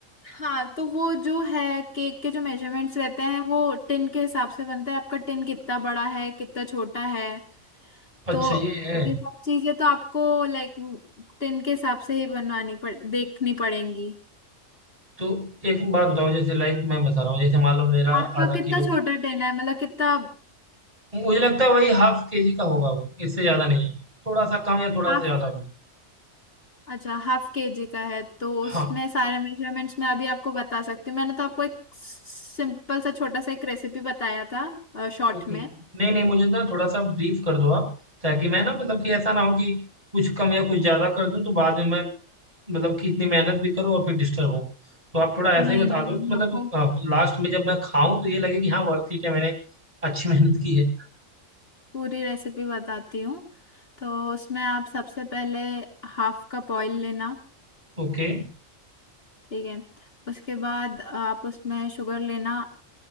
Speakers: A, on the left; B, on the right.
A: हाँ तो वो जो है केक के जो मेजरमेंट्स रहते हैं वो टिन के हिसाब से बनता है आपका टिन कितना बड़ा है कितना छोटा है
B: अच्छा
A: तो
B: ये है
A: ये सब चीजें तो आपको लाइक टिन के हिसाब से ही बनवानी पड़ देखनी पड़ेंगी
B: तो एक बात बताओ जैसे लाइक मैं बता रहा हूँ जैसे मान लो मेरा
A: आपका
B: आधा
A: कितना
B: किलो
A: छोटा टेन है मतलब कितना
B: मुझे लगता है वही हाफ के जी का होगा वो इससे ज्यादा नहीं है थोड़ा सा कम या थोड़ा
A: हाफ
B: सा ज्यादा होगा
A: अच्छा हाफ केजी का है तो
B: हाँ
A: उसमें सारे मेजरमेंट्स मैं अभी आपको बता सकती हूँ मैंने तो आपको एक सिंपल सा छोटा सा एक रेसिपी बताया था शॉर्ट
B: ओके
A: में
B: नहीं नहीं मुझे ना थोड़ा सा ब्रीफ कर दो आप ताकि मैं ना मतलब कि ऐसा ना हो कि कुछ कम या कुछ ज्यादा कर दूं तो बाद में मैं मतलब कि इतनी मेहनत भी करूं और फिर डिस्टर्ब हूं तो आप थोड़ा ऐसे
A: नहीं
B: ही बता
A: नहीं
B: दो
A: नहीं
B: कि
A: मैं
B: मतलब
A: आपको
B: लास्ट में जब मैं खाऊं तो ये लगे कि हाँ वर्थ इट है मैंने अच्छी <laughs> मेहनत की है
A: पूरी रेसिपी बताती हूँ तो उसमें आप सबसे पहले हाफ कप ऑयल लेना
B: ओके
A: ठीक है उसके बाद आप उसमें शुगर लेना